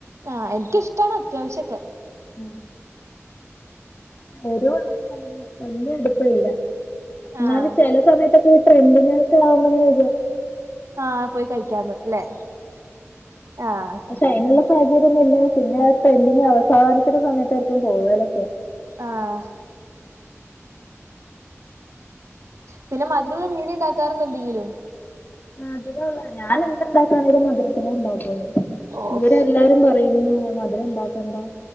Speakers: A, on the right; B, on the left.
A: ആഹ് എനിക്കിഷ്ടാണ് അത്യാവശ്യോക്കെ
B: ഉം എരുവുള്ള വല്യ അടുപ്പില്ല എന്നാലും
A: ആഹ്
B: ചെല സമയത്തൊക്കെ ഈ ട്രെൻഡിംഗ് ഓക്കേ ആവുമ്പോങ്ങനെ
A: ആഹ് പോയി കഴിക്കാന്ന് ല്ലേ ആഹ്
B: <inaudible> അയ്നുള്ള സാഹചര്യംന്നുമില്ല പിന്നെ ഡ്രെഡിങ് അവസാനിക്കുന്ന സമയത്തായിരിക്കും പോവലൊക്കെ.
A: ആഹ് പിന്നെ മധുരുള്ള വീട് ഉണ്ടാക്കാറുണ്ട് എന്തെങ്കിലും
B: മധുരോള്ള ഞാൻ എന്ത് ഇണ്ടാക്കയാണെങ്കിലും മധുരത്തിലേ ഇണ്ടാക്കൊള്ളൂ.
A: ഓഹ്
B: ഇവരെല്ലാരും പറയുന്നെ മധുരം ഉണ്ടാക്കണ്ട